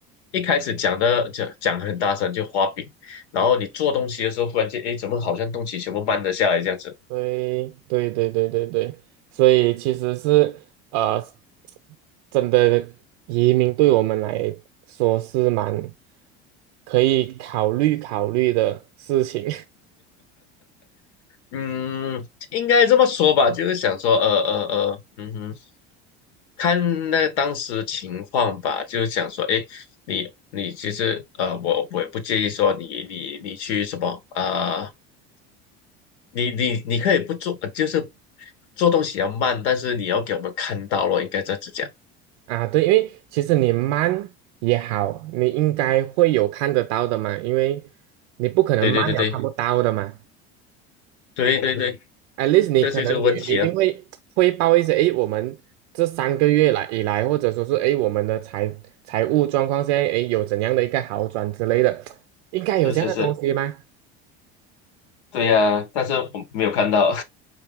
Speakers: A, on the left; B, on the right.
A: 一开始讲的讲讲得很大声就画饼，然后你做东西的时候，忽然间诶，怎么好像东西全部慢了下来这样子？
B: 对对对对对对，所以其实是呃，真的移民对我们来说是蛮可以考虑考虑的事情
A: 嗯，应该这么说吧，就是想说呃呃呃，嗯哼，看那个当时情况吧，就是想说诶，你你其实呃，我我也不介意说你你你去什么啊、你你你可以不做，呃就是做东西要慢，但是你要给我们看到了，应该这样子讲。
B: <laughs> 啊。对，因为其实你慢也好，你应该会有看得到的嘛，因为你不可能慢了看不嗯到的嘛。
A: 对对对对对对对，
B: at least 你可能你你一定会汇报一些，
A: 这就是问题啊，
B: 诶，我们这三个月来以来，或者说是诶，我们的财财务状况现在诶有怎样的一个好转之类的，应该有这样的东西吗？
A: 是是是，对呀、但是我没有看到。